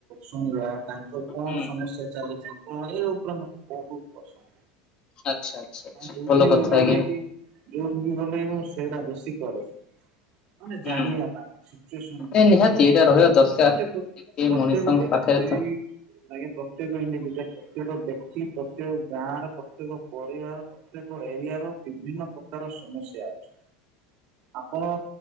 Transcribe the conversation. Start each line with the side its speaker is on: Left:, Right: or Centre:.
Right: ଶୁଣିବା ତାଙ୍କର କଣ
Left: ହୁଁ
Right: ସମସ୍ୟା ଚାଲିଛି ଏ ଉପରେ ମତେ ବହୁତ ପସନ୍ଦ।
Left: ଆଚ୍ଛା ଆଚ୍ଛା ଆଚ୍ଛା
Right: ଯୋଉଠି
Left: ଭଲ କଥା
Right: ବି ଗଲେ
Left: ଆଜ୍ଞା
Right: କି ଯୋଉଠି ବି ଗଲେ ମୁ ସେଇଟା ବେଶୀ କରେ। ମାନେ
Left: ହୁଁ
Right: ଜାଣିବା ପାଇଁ ସିଚୁଏସନ
Left: ଏ ନିହାତି ଏଇଟା ରହିବା ଦରକାର।
Right: ପ୍ରତ୍ୟକ
Left: ଏ
Right: ପ୍ରତ୍ୟେକ
Left: ମଣିଷଙ୍କ
Right: ବ୍ୟ
Left: ପାଖରେ
Right: ସେଇ
Left: ତ
Right: ଆଜ୍ଞା ପ୍ରତ୍ୟେକ ଏଟ ଯେ ପ୍ରତ୍ୟେକ ବ୍ୟକ୍ତି ପ୍ରତ୍ୟେକ ଗାଁ ର ପ୍ରତ୍ୟେକ ପରିବାର ପ୍ରତ୍ୟେକ ଏରିଆ ର ବିଭିନ୍ନ ପ୍ରକାର ସମସ୍ୟା ଅଛି। ଆପଣ